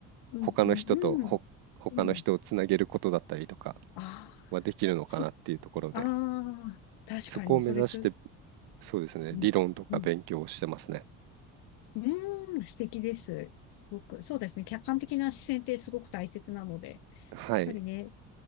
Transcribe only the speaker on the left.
うんうんうん。
うん。ああ、
そう。ああ、確かに、
それす、
うん。
うん。うーん、素敵です。すごく。そうですね。客観的な視線ってすごく大切なので、やっ
ぱりね、